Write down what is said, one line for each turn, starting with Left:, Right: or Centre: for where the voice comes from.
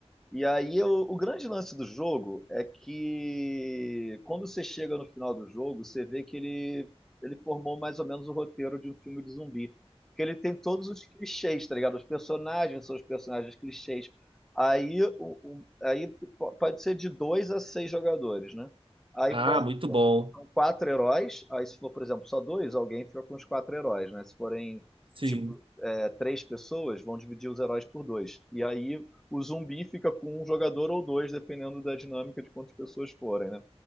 Centre: E aí eu- o grande lance do jogo é que quando você chega no final do jogo, você vê que ele, ele formou mais ou menos o roteiro de um filme de zumbi. Porque ele tem todos os clichês, tá ligado? Os personagens são os personagens clichês. Aí, o- o- aí po- pode ser de dois a seis jogadores, né? Aí
Right: Ah,
Centre: pode,
Right: muito
Centre: são
Right: bom.
Centre: são quatro heróis. Aí se for, por exemplo, só dois, alguém fica com os quatro heróis, né? Se forem,
Right: Sim.
Centre: tipo, é, três pessoas, vão dividir os heróis por dois. E aí o zumbi fica com um jogador ou dois, dependendo da dinâmica de quantas pessoas forem, né?